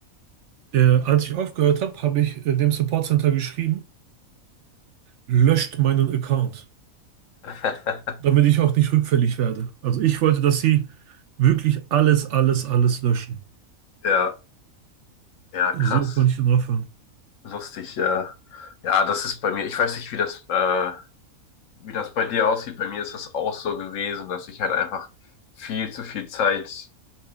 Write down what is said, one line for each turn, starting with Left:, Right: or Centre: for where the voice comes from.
Right: Äh, als ich aufgehört habe, habe ich äh, dem Support Center geschrieben, löscht meinen Account,
Left: <laughs>
Right: damit ich auch nicht rückfällig werde. Also ich wollte, dass sie wirklich alles, alles, alles löschen.
Left: Ja, ja,
Right: So
Left: krass.
Right: konnte ich dann aufhören.
Left: Lustig, ja. Ja, das ist bei mir, ich weiß nicht, wie das, äh, wie das bei dir aussieht. Bei mir ist das auch so gewesen, dass ich halt einfach viel zu viel Zeit